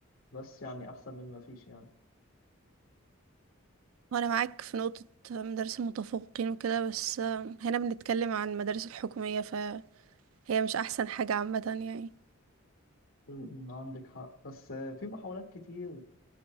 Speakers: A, on the left (about 70°); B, on the right (about 80°).
A: بس يعني أحسن من ما فيش يعني
B: وانا معاك في نقطة مدارس المتفوقين وكده بس آه، هنا بنتكلم عن المدارس الحكومية فهي مش احسن حاجة عامة يعني
A: م- م، عندك حق بس آه، في محاولات كتير